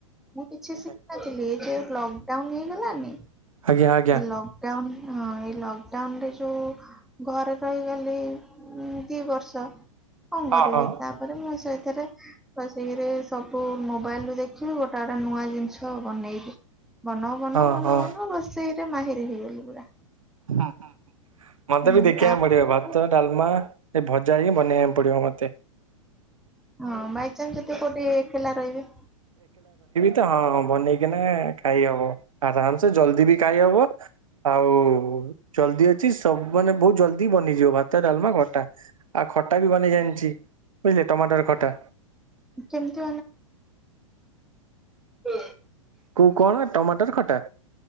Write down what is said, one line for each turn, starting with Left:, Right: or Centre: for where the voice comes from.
Centre: ମୁଁ କିଛି
Right: ଆଜ୍ଞା।
Centre: ଶିଖିନଥିଲି, ଏଇ ଯେ ଲକଡାଉନ୍ ହେଇଗଲାନି
Right: ଆଜ୍ଞା ଆଜ୍ଞା
Centre: ଏ ଲକଡାଉନ୍ ହଁ ଏଇ ଲକଡାଉନ୍ ରେ ଯୋଉ ଘରେ ରହିଗଲି ଉଁ, ଦି ବର୍ଷ କଣ କରିବି
Right: ହଁ ହଁ
Centre: ତାପରେ ମୁଟ ସେ ଥିରେ, ବସିକିରି ସବୁ ମୋବାଇଲ୍ ରୁ ଦେଖିବି ଗୋଟା ଗୋଟା ନୂଆ ଜିନିଷ ବନେଇବି। ବନଉ ବନଉ
Right: ହଁ
Centre: ବନଉ
Right: ହଁ।
Centre: ବନଉ ରୋଷେଇ ତୁ ମାହିର ହେଇଗଲୁ ପୁରା।
Right: ହଁ, ମୋତେ
Centre: ହୁଁ
Right: ବି ଦେଖିବାକୁ
Centre: ତାପରେ
Right: ପଡିବ ଭାତ, ଡାଲମା ଏ ଭ ଯାଇକି ବନେଇବାକୁ ପଡିବ ମୋତେ।
Centre: ହଁ ବାଇଚାନ୍ସ କେବେ କୋଉଟି ଏକେଲା ରହିବେ।
Right: ଏ ହଁ ହଁ ବନେଇକିନା ଖାଇ ହବ। ଆରାମସେ ଜଲଦି ବି ଖାଇହବ। ଆଉ ଓ ହଁ ଜଲଦି ଅଛି ସବୁ ମାନେ ବହୁତ ଜଲଦି ବନିଯିବ ଭାତ, ଡାଲମା, ଖଟା, ଆଉ ଖଟା ବି ଗ ସେଟା ଜାଣିଚି। ବୁଝିଲେ ଟମାଟର ଖଟା
Centre: କେମିତି ଓ,
Right: କୁ କଣ ଟମାଟର ଖଟା।